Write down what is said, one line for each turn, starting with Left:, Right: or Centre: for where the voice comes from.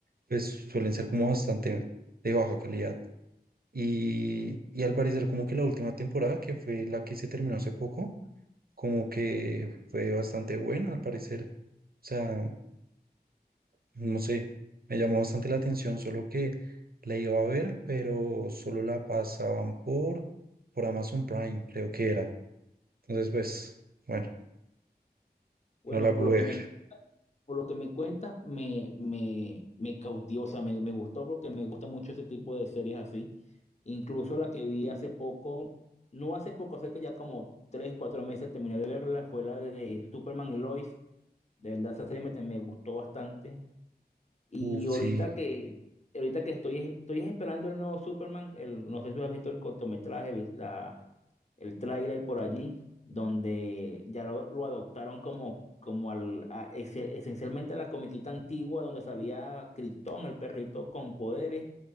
Right: pues suelen ser como bastante de baja calidad. Y, y al parecer como que la última temporada, que fue la que se terminó hace poco, como que fue bastante buena al parecer. O sea, No sé, me llamó bastante la atención, solo que la iba a ver, pero solo la pasaban por, por Amazon Prime, creo que era. Entonces, pues, bueno,
Left: Bueno,
Right: no la
Left: por
Right: pude
Left: lo que
Right: ver.
Left: me, por lo que me cuentas, me, me, me cautivó, o sea, me, me gustó porque me gusta mucho ese tipo de series así. Incluso la que vi hace poco, no hace poco, hace que ya como tres, cuatro meses terminé de verla, fue la de Superman y Lois. De verdad, esa serie me, me gustó bastante. Y
Right: Uf,
Left: ahorita
Right: sí,
Left: que, ahorita que estoy, estoy esperando el nuevo Superman, el, no sé si has visto el cortometraje, vi- la, el tráiler por allí, donde ya lo, lo adoptaron como, como al, a- es- esencialmente a la comiquita antigua donde salía Krypton, el perrito con poderes.